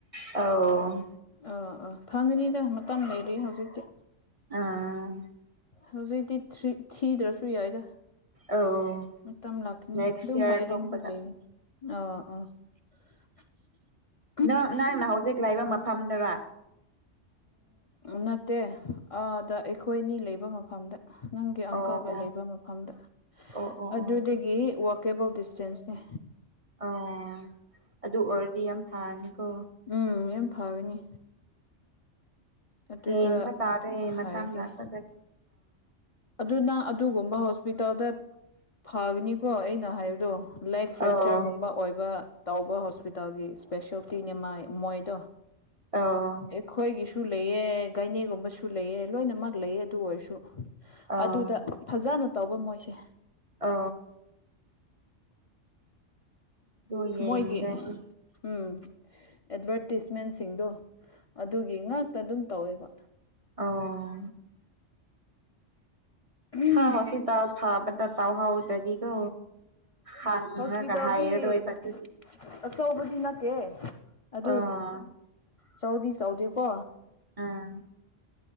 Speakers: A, on the right; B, on the left.
A: ꯑꯧ
B: ꯑꯥ ꯑꯥ ꯐꯪꯒꯅꯤꯗ ꯃꯇꯝ ꯂꯩꯔꯤ ꯍꯧꯖꯤꯛꯇꯤ
A: ꯑꯥ
B: ꯍꯧꯖꯤꯛꯇꯤ ꯊꯔꯤ ꯊꯤꯗ꯭ꯔꯁꯨ ꯌꯥꯏꯗ
A: ꯑꯧ
B: ꯃꯇꯝ ꯂꯥꯛꯈꯤꯅꯤ
A: ꯅꯦꯛꯁ
B: ꯑꯗꯨꯝ
A: ꯏꯌꯥꯔ
B: ꯍꯥꯏꯔꯤꯡꯒꯤ
A: ꯊꯣꯛꯄꯗ
B: ꯂꯩꯌꯦ ꯑ ꯑꯥ <unintelligible>
A: ꯅꯪ ꯅꯪ ꯅ ꯍꯧꯖꯤꯛ ꯂꯩꯕ ꯃꯥ ꯐꯝꯗꯔ
B: ꯎꯝ ꯅꯠꯇꯦ ꯑꯥꯗ ꯑꯩꯈꯣꯏ ꯑꯅꯤ ꯂꯩꯕ ꯃꯐꯝꯗ ꯅꯪꯒꯤ ꯑꯪꯀꯜꯒ
A: ꯑꯣ ꯑꯣ
B: ꯂꯩꯕ ꯃꯐꯝꯗ
A: ꯑꯣ ꯑꯣ
B: ꯑꯗꯨꯗꯒꯤ
A: ꯑꯣ
B: ꯋꯥꯛ ꯀꯦꯕꯜ ꯗꯤꯁꯇꯦꯟꯁꯅꯦ
A: ꯑꯣ ꯑꯗꯨ ꯑꯣꯏꯔꯗꯤ ꯌꯥꯝ ꯐꯔꯅꯤꯀꯣ
B: ꯎꯝ ꯌꯥꯝ ꯐꯒꯅꯤ ꯑꯗꯨꯗ
A: ꯌꯦꯡꯕꯥ ꯇꯥꯔꯦ
B: ꯍꯥꯏꯒꯦ
A: ꯃꯥꯇꯝ ꯂꯥꯛꯄꯥꯗꯗꯤ
B: ꯑꯗꯨ ꯅꯪ ꯑꯗꯨꯒꯨꯝꯕ ꯍꯣꯁꯄꯤꯇꯥꯜꯗ ꯐꯒꯅꯤꯀꯣ ꯑꯩꯅ ꯍꯥꯏꯕꯗꯣ ꯂꯦꯛ ꯐ꯭ꯔꯦꯛꯆꯔꯒꯨꯝꯕ
A: ꯑꯧ
B: ꯑꯣꯏꯕ ꯇꯧꯕ ꯍꯣꯁꯄꯤꯇꯥꯜꯒꯤ ꯏꯁꯄꯦꯁꯜꯂꯤꯇꯤꯅꯦ ꯃꯥꯏ ꯃꯣꯏꯗꯣ
A: ꯑꯧ
B: ꯑꯩꯈꯣꯏꯒꯤꯁꯨ ꯂꯩꯌꯦ ꯒꯥꯏꯅꯤꯒꯨꯝꯕꯁꯨ ꯂꯩꯌꯦ ꯂꯣꯏꯅꯃꯛ ꯂꯩꯌꯦ ꯑꯗꯨ ꯑꯣꯏꯔꯁꯨ
A: ꯑꯧ
B: ꯑꯗꯨꯗ ꯐꯖꯅ ꯇꯧꯕ ꯃꯣꯏꯁꯦ
A: ꯑ ꯑꯗꯨ ꯌꯦꯡꯒꯅꯤ
B: ꯃꯣꯏꯒꯤ ꯎꯝ ꯑꯦꯠꯚꯔꯇꯤꯁꯃꯦꯟꯁꯤꯡꯗꯣ ꯑꯗꯨꯒꯤ ꯉꯥꯛꯇ ꯑꯗꯨꯝ ꯇꯧꯌꯦꯕ
A: ꯑꯣ
B: ꯎꯝ
A: ꯍ ꯍꯣꯁꯄꯤꯇꯥꯜ ꯐꯕꯗ ꯇꯧꯍꯧꯗ꯭ꯔꯗꯤꯀꯣ ꯍꯪꯉꯒ
B: ꯍꯣꯁꯄꯤꯇꯥꯜꯗꯤ
A: ꯍꯥꯏꯔꯔꯣꯏꯕ ꯑꯗꯨꯗꯤ
B: ꯑꯆꯧꯕꯗꯤ ꯅꯠꯇꯦ ꯑꯗꯨ
A: ꯑꯥ
B: ꯆꯥꯎꯗꯤ ꯆꯥꯎꯗꯦꯀꯣ
A: ꯑꯥ